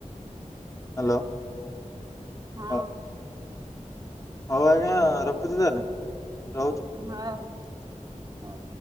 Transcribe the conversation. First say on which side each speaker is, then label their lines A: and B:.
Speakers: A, on the left; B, on the right.
A: ହ୍ୟାଲୋ,
B: ହଁ।
A: ହଉ ହଉ ଆଜ୍ଞା, ରଖୁଛି ତାହେଲେ। ରହୁଛି
B: ରୁହ ଆଉ ହଉ।